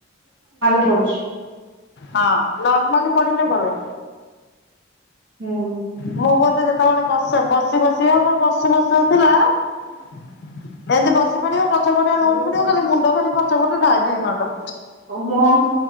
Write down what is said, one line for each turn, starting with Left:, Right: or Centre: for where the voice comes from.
Right: ଠଉଛି।
Left: ହଁ ନର୍ମାଲ ପଡ଼ିଲେ ଭଲ।
Right: ହୁଁ।
Left: ମୁଁ ବୋଧେ ଯେତେବେଳେ ବ ବସି ବସି ହବ ବସୁ ବସୁ ଥିଲା ଏମିତି ବସି ପଡିବ ପଛ ପଟିଆ ଲେଉଟି
Right: ହୁଁ।
Left: ପଡିବ ଖାଲି ମୁଣ୍ଡ ଖାଲି ଫାଟି ପଛ ପଟୁ ଧଇ ଧାଇ ମାଡ।
Right: ମ୍